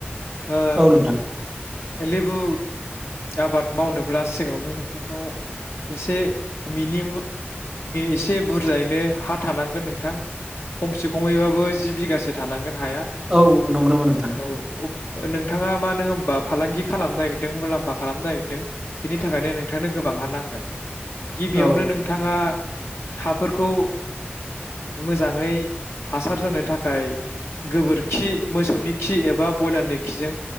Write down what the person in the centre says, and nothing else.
औ नोंथां
औ नंगौ नामा नोंथां
औ